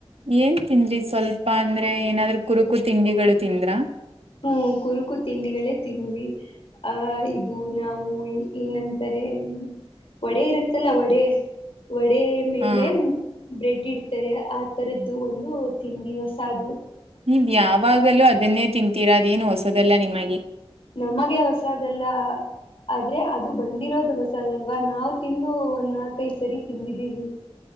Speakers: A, on the right; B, on the left.
A: ಏನ್ ತಿಂದ್ರಿ ಸ್ವಲ್ಪ ಅಂದ್ರೆ ಏನಾದ್ರರು ಕುರುಕು ತಿಂಡಿಗಳು ತಿಂದ್ರಾ
B: ಹ್ಮ್ ಕುರುಕು ತಿಂಡಿಗಳೇ ತಿಂದ್ವಿ ಆಹ ಇದು ನಾವು ಈ ಏನಂತಾರೆ. ವಡೆ ಇರುತ್ತಲ್ಲ ವಡೆ ವಡೆ ಮೇಲೆ
A: ಹಾ
B: ಬ್ರೆಡ್ ಇಡ್ತಾರೆ ಆ ತರದ್ದು ಒಂದು ತಿಂಡಿ ಹೊಸಾದು.
A: ನೀವ್ ಯಾವಾಗಲೂ ಅದನ್ನೇ ತಿಂತೀರ ಅದೇನು ಹೊಸದಲ್ಲಾ ನಿಮಗೆ.
B: ನಮಗೆ ಹೊಸದಲ್ಲ ಆ ಆದ್ರೆ ಅದು ಬಂದಿರೋದು ಹೊಸದಲ್ವಾ ನಾವ ತಿಂದು ಒಂದ್ ನಾಲ್ಕೈ ಸರಿ ತಿಂದಿದ್ದೀವಿ.